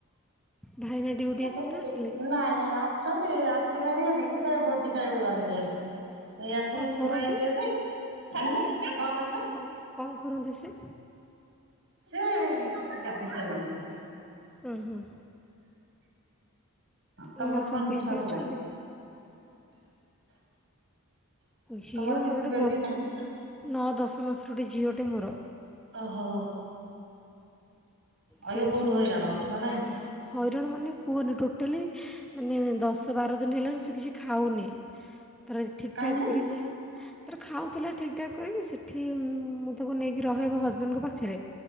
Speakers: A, in the centre; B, on the right (about 60°).
A: ଭାଇନା ଡ୍ୟୁଟି
B: -ନାଇଁ
A: ଯାଇଛନ୍ତି ନା ଆସିଲେଣି?
B: ନାଇଁ ଆ ଚନ୍ତି ଆସିଲେଣି ହାରି ସେ ଭୋଜି ଖାଇବାକୁ ଗଲେଣି ହାରି। ଏଇ ୟାକୁ
A: କଣ
B: ମୁଁ ଖୁଆଇବି
A: କରନ୍ତି?
B: ଏବେ ଉଁ -କଣ କହିଲେ?
A: ଓ-କଣ କରନ୍ତି ସେ?
B: ସେ ଗାଡି ଚଲାନ୍ତି।
A: ଅଁ- ହଁ।
B: ତମର
A: ଘରେ ସବୁ
B: କଣ
A: କିଏ
B: ଛୁଆ
A: କିଏ
B: ପିଲା
A: ଅଛନ୍ତି? ଝିଅ
B: ତମର କିଛି
A: ମୋର
B: ବେବି
A: ଗୋଟେ ଦଶ୍
B: ନାହିଁ
A: ନଅ ଦଶ ମାସର ଗୋଟେ ଝିଅ ଟେ ମୋର।
B: ଓହୋ। ଆଉ
A: ସେ
B: ଯେ ବହୁତ୍
A: ଶୋଇଛି
B: ହଇରାଣ ହଉଥିବ ନାଇଁ।
A: ହଇରାଣ ମାନେ କୁହନି ଟୋଟାଲି ମାନେ ଦଶ ବାର ଦିନି ହେଲାଣି ସେ କିଛି ଖାଉନି ତାର ଠିକ୍
B: କାହିଁକି?
A: ଠାକ୍ କରି ଯାହା ତାର ଖାଉଥିଲା ଠିକ୍ ଠାକ୍ କରିକି ସେଠି ମୁଁ ତାକୁ ନେଇକି ରହେ ମୋ ହଜବେଣ୍ଟ୍ ଙ୍କ ପାଖେରେ।